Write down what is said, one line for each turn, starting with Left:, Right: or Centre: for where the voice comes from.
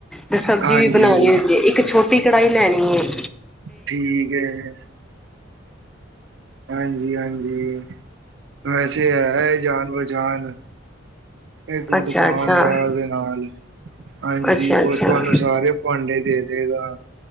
Centre: ਤੇ ਸਬਜੀ
Right: ਹਾਂਜੀ
Centre: ਵੀ ਬਣਾਨੀ ਹੁੰਦੀ ਏ। ਇੱਕ ਛੋਟੀ ਕੜਾਈ ਲੈਣੀ ਏ।
Right: ਠੀਕ ਏ, ਹਾਂਜੀ-ਹਾਂਜੀ। ਵੈਸੇ ਹੈ ਜਾਨ-ਪਹਚਾਨ ਇੱਕ
Centre: ਅੱਛਾ
Right: ਦੁਕਾਨਦਾਰ
Centre: ਅੱਛਾ
Right: ਦੇ ਨਾਲ ਹਾਂਜੀ
Centre: ਅੱਛਾ ਅੱਛਾ
Right: ਉਸ ਤੁਹਾਨੂੰ ਸਾਰੇ ਭਾਂਡੇ ਦੇ ਦੇਗਾ।